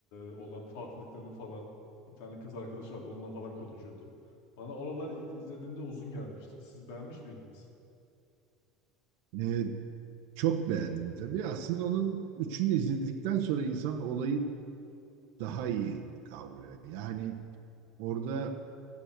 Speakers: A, on the left; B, on the right.
A: olan farklılıklarını falan bir tane kız arkadaşı vardı. Onunla falan konuşuyordu. Bana oralar ilk izlediğimde uzun gelmişti. Siz beğenmiş miydiniz?
B: E, çok beğendim tabii. Aslında onun üçünü izledikten sonra insan olayı daha iyi kavrıyor. Yani orada